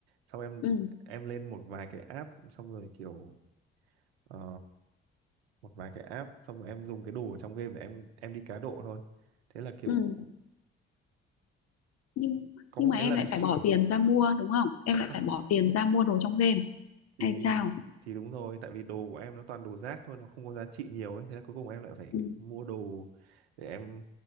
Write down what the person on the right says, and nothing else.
Xong em
em lên một vài cái app xong rồi kiểu ờ, một vài cái app xong rồi em dùng cái đồ ở trong game để em em đi cá độ thôi. Thế là kiểu
có
một
cái
lần
<laughs>
thì
thì đúng rồi tại vì đồ của em nó toàn đồ rác thôi nó không có giá trị nhiều ấy thế là cuối cùng em lại phải
mua đồ để em